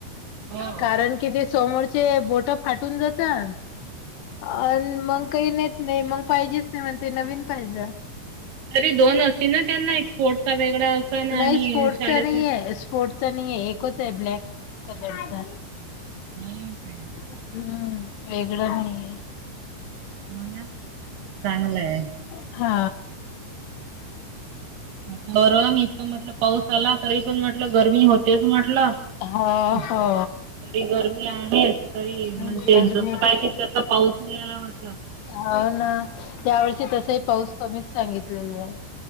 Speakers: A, on the right; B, on the left.
A: ह
B: कारण की ते समोरचे बोट फाटून जात आणि मग काही नाहीेत नाही मग पाहिजेच नाही म्हण ते नवीन पाहिजे
A: तरी दोन असतील ना त्यांना एक स्पोर्टचा वेगळा असन आणि
B: नाही स्पोर्ट्सचा
A: शाळेचा
B: नाही आहे स्पोर्ट्स नाही एकच आहे ब्लॅक कलरचा
A: हम्म काय
B: हम्म वेगळं नाही आहे
A: हो ना चांगलंय
B: हा
A: ह परवा म्हटलं पाऊस आला तरी पण म्हटलं गरमी होतेच म्हटलं
B: हो
A: तरी
B: हो
A: गरमी आहे तरी
B: गरमी
A: म्हणजे जसं काय ते तस पाऊस नाही यायला म्हटलं
B: हो ना त्या वर्षी तसही पाऊस कमीच सांगितलेला आहे